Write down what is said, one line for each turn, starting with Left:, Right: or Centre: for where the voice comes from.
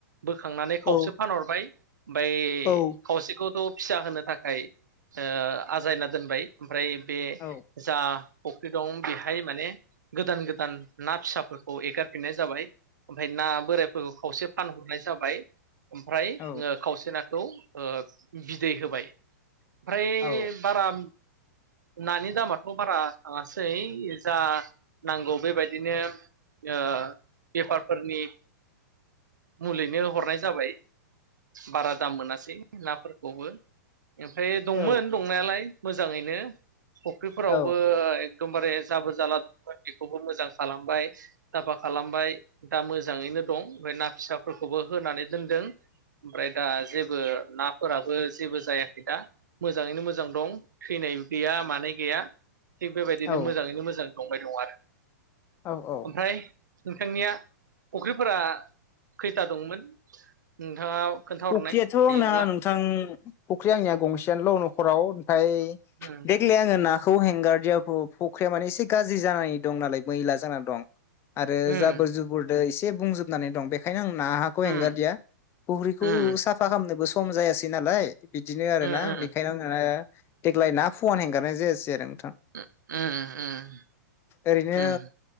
Right: बोखांनानै
Left: औ
Right: खावसे फानहरबाय। बोय
Left: औ
Right: खावसेखौथ' फिसा होनो थाखाय ओ आजायना दोनबाय। ओमफ्राय बे
Left: औ
Right: जा फख्रि दं बेहाय माने गोदान गोदान। ना फिसाफोरखौ एगारफिननाय जाबाय। ओमफ्राय ना बोरायफोरखौ खावसे फानहरनाय जाबाय। ओमफ्राय
Left: औ
Right: ओ खावसेना खौ ओ बिदै होबाय। ओमफ्राय
Left: औ
Right: बारा नानि दामाथ' बारा थाङासै जा नांगौ बेबायदिनो ओ बेफारफोरनि मुलैनो हरनाय जाबाय। बारा दाम मोनासै। नाफोरखौबो ओमफ्राय दंमोन
Left: औ
Right: दंनायालाय। मोजाङैनो। फुख्रिफोरावबो
Left: औ
Right: एकदमबारे जाबोर जाला दंमोन बेखौबो मोजां खालामबाय साफा खालामबाय दा मोजां मोजाङैनो दं ओमफ्राय ना फिसा फोरखौबो होनानै दोनदों। ओमफ्राय दा जेबो नाफोरा ओ जेबो जायाखै दा मोजाङैनो मोजां दं थैनाय गैया माने गैया थिग बेबायदिनो
Left: औ
Right: मोजाङैनो मोजां संबाय दं आरो
Left: औ औ।
Right: ओमफ्राय नोंथांनिया फख्रिफोरा खैथा दंमोन? नोंथाङा खोन्थाहरनाय
Left: फख्रियाथ' आंना
Right: हायोब्ला
Left: नोंथां फख्रिया आंनिया गंसेयानोल' नख'राव। फाय
Right: उम
Left: देग्लाय आङो नाख खौ हेंगारदियाब फ' फख्रिया माने एसे गाज्रि जानाय दं नालाय मैला जाना दं। आरो
Right: उम
Left: जाबोर-जुबुर एसे बुंजोबनानै दं बेखायनो आं नाखौ हेंगारदिया।
Right: उम
Left: फख्रिखौ
Right: उम
Left: साफा खाम खालामनोबो सम जायासै नालाय बिदिनो आरो
Right: उम
Left: ना
Right: उम
Left: बेखायनो आङो देग्लाय ना फुवान हेंगारनाय जायासै आरो आं। थां
Right: उम उम
Left: ओरैनो
Right: उम